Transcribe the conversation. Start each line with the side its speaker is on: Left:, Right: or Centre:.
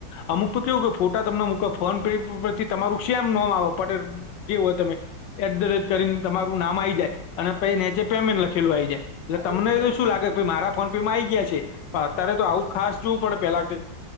Left: અમુક તો કેવું કે ફોટા તમને મૂક ફોન પે પરથી તમારું સેમ નમ પટેલ જેવ હોય તમે એટધરેટ કરીને તમારું નામ આ આવી જાય. અને પહિ નીચે પેમેન્ટ લખેલું આવી જાય. એટલે
Right: હા
Left: તમને
Right: એજ ને
Left: તો શું લાગે મારા ફોન પે માં આ આવી ગયા છે.
Right: હમ
Left: પણ અત્યારે તો આવું ખાસ જોવું પડે પેલા